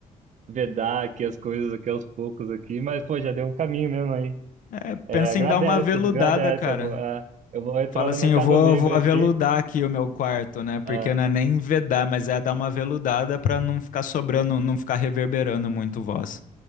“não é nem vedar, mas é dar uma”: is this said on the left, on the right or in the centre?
Left